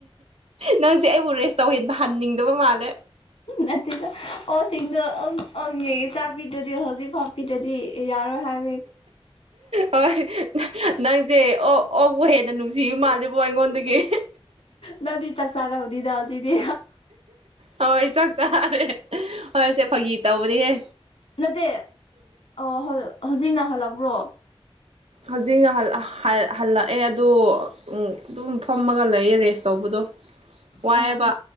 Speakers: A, on the right; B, on the left.
A: ꯅꯪꯁꯦ ꯑꯩꯕꯨ ꯔꯦꯁ ꯇꯧꯍꯟꯅꯤꯡꯗꯕ ꯃꯥꯜꯂꯦ
B: ꯅꯠꯇ‌ꯦꯗ ꯑꯣꯛꯡꯁꯤꯗ‌ꯣ ꯑꯪ ꯅ‌ꯦ ꯆꯥꯛꯕꯤꯗ꯭ꯔꯗꯤ ꯍꯧꯖꯤꯛ ꯐꯥꯎ ꯄꯤꯗ꯭ꯔꯗꯤ ꯌꯥꯔꯣꯏ ꯍꯥꯏꯌ‌ꯦ
A: ꯍꯣꯏ ꯅ ꯅꯪ ꯆꯦ ꯑꯣ ꯑꯣꯛꯄꯨ ꯍꯦꯟꯅ ꯅꯨꯡꯁꯤꯕ ꯃꯥꯜꯂꯦꯕꯣ ꯑꯩꯉꯣꯟꯗꯒꯤ
B: ꯅꯪꯗꯤ ꯆꯥꯛ ꯆꯥꯔꯥꯕꯅꯤꯗ ꯉꯁꯤꯗꯤ
A: ꯍꯣꯏ ꯆꯥꯛ ꯆꯥꯔꯦ ꯍꯣꯏꯁꯦ ꯐꯒꯤ ꯇ‌ꯧꯕꯅꯤꯍ‌ꯦ
B: ꯅꯠꯇꯦ ꯑ‌ꯣ ꯍꯧꯖꯤꯛ ꯅꯪ ꯍꯜꯂꯛꯄ꯭ꯔꯣ
A: ꯍꯧꯖꯤꯛꯅ ꯍꯜꯂꯛꯑꯦ ꯑꯗꯣ ꯑꯗꯨꯝ ꯐꯝꯃꯒ ꯂꯩꯑꯦ ꯔꯦꯁ ꯇꯧꯕꯗꯣ ꯋꯥꯏꯑꯦꯕꯥ
B: ꯑꯣ